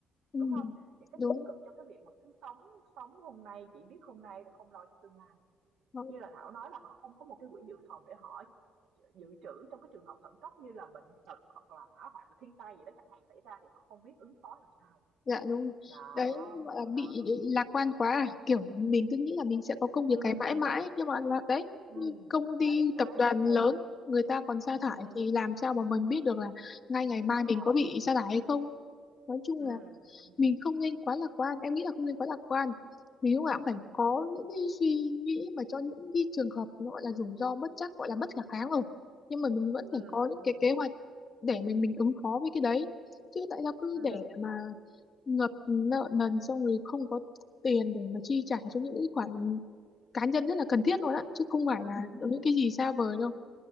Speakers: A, on the left (about 45°); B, on the right (about 75°).
A: Ừ,
B: đúng không? Những cái
A: đúng
B: tiêu cực trong cái việc mà cứ sống sống hôm nay chỉ biết hôm nay rồi không lo cho tương lai
A: Thôi,
B: như là Thảo nói là họ không có một cái quỹ dự phòng để họ dự trữ trong cái trường hợp khẩn cấp như là bệnh tật hoặc là hỏa hoạn thiên tai gì đó chẳng hạn xảy ra thì họ không biết ứng phó làm sao
A: dạ đúng rồi.
B: đó
A: đấy gọi là bị
B: đó
A: lạc quan quá à kiểu mình cứ nghĩ là mình sẽ có công việc
B: ừ
A: cái mãi
B: ừ
A: mãi nhưng mà là đấy
B: ừ
A: như công
B: đấy
A: ty
B: đấy
A: tập đoàn lớn
B: ừ
A: người ta còn sa thải
B: ừ
A: thì làm sao mà mình biết được là ngay ngày
B: đúng
A: mai
B: rồi
A: mình có bị sa thải hay không nói chung
B: ừ
A: là
B: ừ
A: mình không nên quá lạc quan em nghĩ là không nên quá lạc quan mình lúc nào cũng phải có những cái suy nghĩ mà cho những cái trường hợp nó gọi là rủi ro bất trắc gọi là bất khả kháng rồi nhưng mà mình vẫn
B: ừ
A: phải có những
B: ừ
A: cái kế hoạch để mình mình ứng phó với cái đấy chứ tại sao cứ
B: ừ
A: để mà ngập nợ nần xong rồi không có tiền để mà chi trả cho những cái khoản cá nhân rất là cần thiết luôn á chứ không phải
B: ừ
A: là
B: ừ
A: những cái gì xa vời đâu